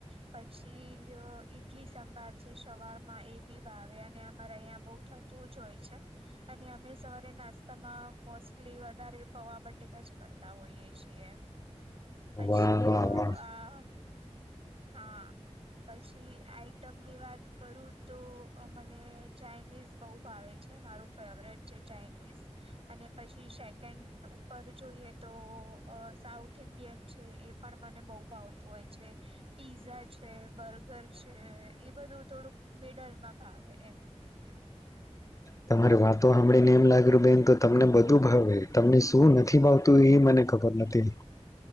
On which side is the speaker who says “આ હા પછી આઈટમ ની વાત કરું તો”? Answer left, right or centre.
Right